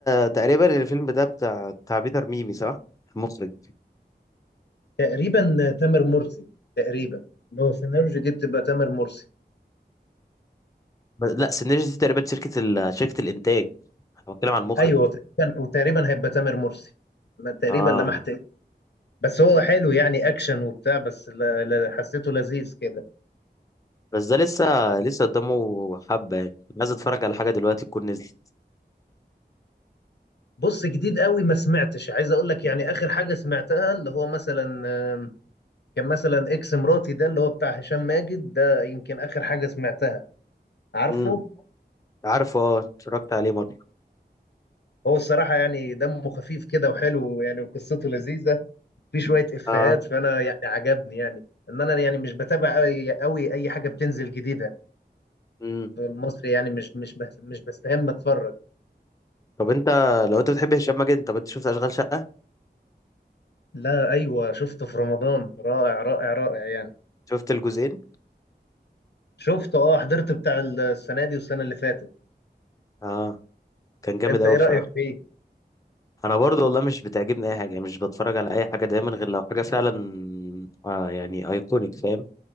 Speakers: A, on the left; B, on the left.
A: تقريبا الفيلم ده بتاع بتاع بيتر ميمي صح المخرج
B: تقريبا تامر مرسي تقريبا لو سيناريو دي بتبقى تامر مرسي
A: ب- لا سينرجي دي تقريبا شركه ال... شركه الانتاج انا بتكلم عن المخرج
B: ايوه تقريبا وتقريبا هيبقى تامر مرسي انا تقريبا
A: اه
B: لمحت اسمه. بس هو حلو يعني اكشن وبتاع بس لا لا حسيته لذيذ كده
A: بس ده لسه لسه قدامه حبة يعني عايز اتفرج على حاجة دلوقتي تكون نزلت
B: بص جديد قوي ما سمعتش عايز اقول لك يعني اخر حاجه سمعتها اللي هو مثلا آم، كان مثلا اكس مراتي ده اللي هو بتاع هشام ماجد ده يمكن اخر حاجه سمعتها عارفه
A: امم عارفه اه اتفرجت عليه مرة
B: هو الصراحه يعني دمه خفيف كده وحلو يعني وقصته لذيذه في شويه افيهات
A: اه
B: فانا يعني عجبني يعني ان انا يعني مش بتابع قوي قوي اي حاجه بتنزل جديده
A: امم
B: في المصري يعني مش مش بس مش بستهم اتفرج
A: طب انت لو انت بتحب هشام ماجد انت انت شفت اشغال شقة
B: لا ايوه شفته في رمضان رائع رائع رائع يعني
A: شفت الجزئين
B: شفته اه حضرت بتاع السنه دي والسنه اللي فاتت
A: اه كان جامد
B: انت
A: قوي
B: ايه
A: بصراحة
B: رايك فيه
A: انا برضو والله مش بتعجبني اي حاجة يعني مش بتفرج على اي حاجة دايما غير لو حاجة فعلا آه يعني ايكونيك فاهم